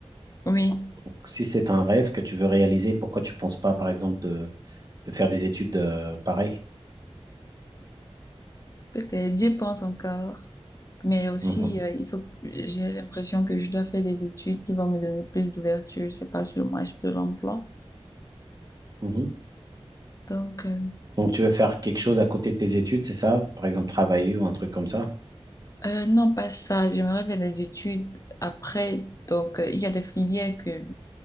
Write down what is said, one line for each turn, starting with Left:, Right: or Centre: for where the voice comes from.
Left: Oui,
Right: Donc, si c'est un rêve que tu veux réaliser, pourquoi tu ne penses pas, par exemple, de, de faire des études euh, pareilles?
Left: peut-être. J'y pense encore. Mais aussi,
Right: Mhm,
Left: euh, il faut, que- j'ai l'impression que je dois faire des études qui vont me donner plus d'ouverture, je sais pas, sur le marché de l'emploi.
Right: mhm.
Left: Donc, euh,
Right: Donc, tu veux faire quelque chose à côté de tes études, c'est ça? Par exemple, travailler ou un truc comme ça?
Left: euh, non, pas ça. J'aimerais faire des études après. Donc, euh, il y a des filières que